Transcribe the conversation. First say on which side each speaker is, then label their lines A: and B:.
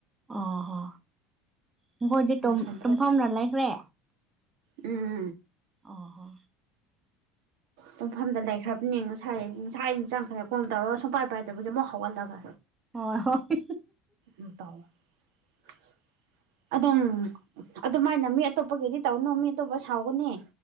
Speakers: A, on the right; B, on the right.
A: ꯑꯣꯍꯣ ꯃꯈꯣꯏꯗꯤ
B: ꯍꯋꯥꯏ ꯆꯝꯐꯨꯠ
A: ꯇꯨꯝꯐꯝꯅ ꯂꯩꯈ꯭ꯔꯦ
B: ꯎꯝ
A: ꯑꯣ ꯍꯣ
B: ꯇꯨꯝꯐꯝꯗ ꯂꯩꯈ꯭ꯔꯕꯅꯦ ꯉꯁꯥꯏ ꯉꯁꯥꯏ ꯑꯩꯅ ꯆꯪꯈ꯭ꯔꯦ ꯀꯣꯝ ꯇꯧꯔꯒ ꯁꯨꯡꯄꯥꯏ ꯄꯥꯏꯗꯕꯒꯤ ꯑꯃꯨꯛ ꯍꯧꯒꯠꯂꯒ
A: ꯍꯣꯏ ꯍꯣꯏ
B: ꯉ ꯇ <inaudible> <inaudible> ꯑꯗꯨꯝ ꯑꯗꯨꯃꯥꯏꯅ ꯃꯤ ꯑꯇꯣꯞꯄ ꯀꯩꯗꯤ ꯇꯧꯅꯨ ꯃꯤ ꯑꯇꯣꯞꯄ ꯁꯥꯎꯒꯅꯤ